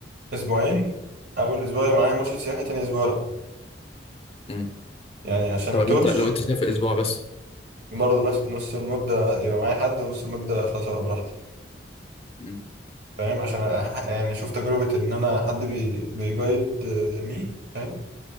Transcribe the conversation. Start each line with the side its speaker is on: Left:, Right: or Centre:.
Right: أسبوعين أول أسبوع يبقى معايا مرشد سياحي تاني أسبوع لأ
Left: مم.
Right: يعني عشان
Left: طب
Right: ما
Left: لو
Right: توهش
Left: انت لو انت سافر اسبوع بس
Right: برضه نص نص المدة يبقى معايا حد ونص المدة خلاص أبقى براحتي
Left: مم.
Right: فاهم عشان أح- يعني أشوف تجربة إن أنا حد بي بيجايد آه، مي فاهم